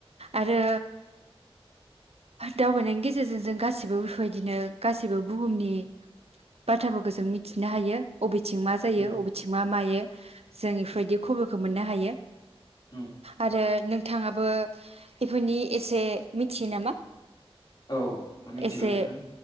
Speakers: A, on the right (about 75°); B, on the left (about 45°).
A: आरो दावबायनायनि गेजेरजों जों गासिबो बेफोरबायदिनो गासिबो बुहुमनि बाथ्राफोरखौ जों मिथिनो हायो बबेथिं मा जायो
B: औ
A: बबेथिं मा मायो जों इफोरबायदि खबरखौ मोननो हायो
B: औ
A: आरो नोंथाङाबो इफोरनि एसे मिथियो नामा?
B: औ मिथिगौ
A: एसे
B: नोंथां